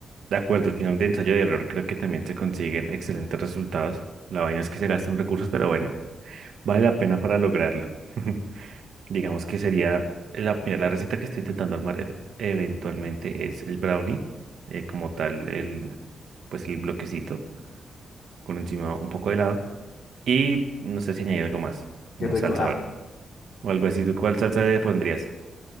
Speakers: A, on the right; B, on the left.
A: De acuerdo, al final de ensayo de error creo que también se consiguen excelentes resultados. La vaina es que se gastan recursos, pero bueno, vale la pena para lograrlo. <laughs> Digamos que sería, la, mira, la receta que estoy intentando armar e- eventualmente es el brownie, eh, como tal, el, pues el bloquecito, con encima un poco de helado. Y no sé si añadir algo más,
B: Qué
A: una
B: rico.
A: salsa
B: Ah,
A: o algo así. ¿Tú cuál salsa le pondrías?